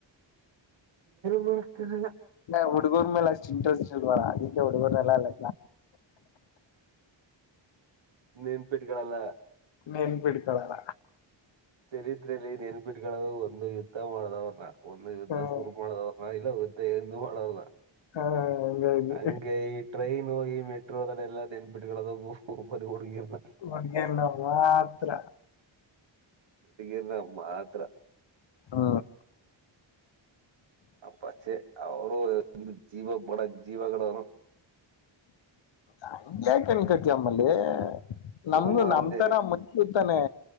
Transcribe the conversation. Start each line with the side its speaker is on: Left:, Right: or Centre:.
Right: ಮಾಡಕ್ಕಾಗಲ್ಲ
Left: ನಾ ಹುಡುಗರ್ ಮೇಲೆ ಅಷ್ಟ್ ಇಂಟ್ರೆಸ್ಟ್ ಇಲ್ವಲ್ಲ ಅದಕ್ಕೆ ಹುಡುಗುರ್ನೆಲ್ಲ ಅಲ್ಲಾ
Right: ನೆನ್ಪಿಟ್ಲ್ಲ
Left: ನೆನ್ ಬಿಡ್ಕೊಳಲ್ಲ
Right: ಚರಿತ್ರೆಯಲ್ಲಿ ನೆನ್ಪಿಟ್ಕೊಳ್ಳದು ಒಂದು ಯುದ್ಧ ಮಾಡದವ್ರ ಒಂದು ಯುದ್ಧ
Left: ಹ್ಮ್
Right: ಸುರು ಮಾಡದ ಇಲ್ಲ ಗದ್ದ ಮಾಡನ
Left: ಹ್ಮ್ ಹಂಗಾಗಿ
Right: ಹಂಗೈ ಟ್ರೈನು ಈ ಮೆಟ್ರೋ ಅದದೆ ಎಲ್ಲ ನೆನ್ಪಿಟ್ಗಳದ ಬರಿ ಹುಡುಗಿರ್ನ
Left: ಮಡ್ಗ ನ ಮಾತ್ರ
Right: ಹುಡುಗಿನ ಮಾತ್ರ
Left: ಹಾ
Right: ಪಕ್ಷೆ ಅವರು ಎ ಜೀವ ಬಡ ಜೀವ ಕಡನ <unintelligible>
Left: ಹಗೆ ಯಾಕೆನ್ಕತಿ ಅಮ್ಮಲ್ಲಿ
Right: ಸುಮ್ಮನೆ
Left: ನಮು ನಮ್ ತರ ಮಂತಾನೆ